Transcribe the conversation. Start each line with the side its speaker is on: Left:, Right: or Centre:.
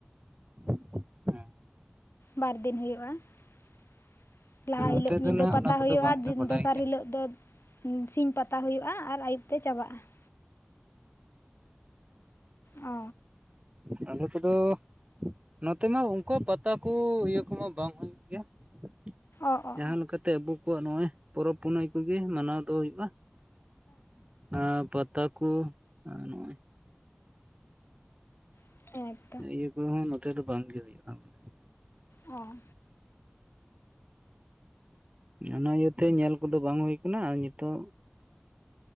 Right: <unintelligible>
Left: ᱵᱟᱨ ᱫᱤᱱ ᱦᱩᱭᱩᱜᱼᱟ ᱾ ᱞᱟᱦᱟ
Right: ᱱᱚᱛᱮ
Left: ᱦᱤᱞᱳᱜ
Right: ᱫᱚ
Left: ᱧᱤᱫᱟᱹ
Right: ᱱᱟᱦᱟᱜ
Left: ᱯᱟᱛᱟ
Right: ᱚᱱᱟ ᱠᱚᱫᱚ
Left: ᱦᱩᱭᱩᱜᱼᱟ
Right: ᱵᱟᱝᱞᱮ
Left: ᱫᱤᱱ
Right: ᱵᱟᱰᱟᱭ
Left: ᱫᱚᱥᱟᱨ
Right: ᱜᱮᱭᱟ
Left: ᱦᱤᱞᱳᱜ ᱫᱚ ᱥᱤᱧ ᱯᱟᱛᱟ ᱦᱩᱭᱩᱜᱼᱟ ᱟᱨ ᱟᱹᱭᱩᱵ ᱛᱮ ᱪᱟᱵᱟᱜᱼᱟ ᱾ ᱚ
Right: ᱟᱞᱮ ᱠᱚᱫᱚ ᱱᱚᱛᱮ ᱢᱟ ᱚᱱᱠᱟ ᱯᱟᱛᱟ ᱠᱚ ᱤᱭᱟᱹ ᱠᱚᱢᱟ ᱵᱟᱝ ᱦᱩᱭᱩᱜ ᱜᱮᱭᱟ ᱾
Left: ᱚ ᱚ
Right: ᱡᱟᱦᱟᱸ ᱞᱮᱠᱟᱛᱮ ᱟᱵᱚ ᱠᱚᱣᱟᱜ ᱱᱚᱜᱼᱚᱭ ᱯᱚᱨᱚᱵᱽ ᱯᱩᱱᱟᱹᱭ ᱠᱚᱜᱮ ᱢᱟᱱᱟᱣ ᱫᱚ ᱦᱩᱭᱩᱜᱼᱟ᱾ ᱦᱮᱸ ᱯᱟᱛᱟ ᱠᱚ ᱱᱚᱜᱼᱚᱭ
Left: <inaudible>
Right: ᱤᱭᱟᱹ ᱠᱚᱦᱚᱸ ᱱᱚᱛᱮ ᱫᱚ ᱵᱟᱝ ᱜᱮ ᱦᱩᱭᱩᱜᱼᱟ ᱾
Left: ᱚ
Right: ᱚᱱᱟ ᱤᱭᱟᱹᱛᱮ ᱧᱮᱞ ᱠᱚᱫᱚ ᱵᱟᱝ ᱦᱩᱭ ᱠᱟᱱᱟ ᱾ ᱛᱚ,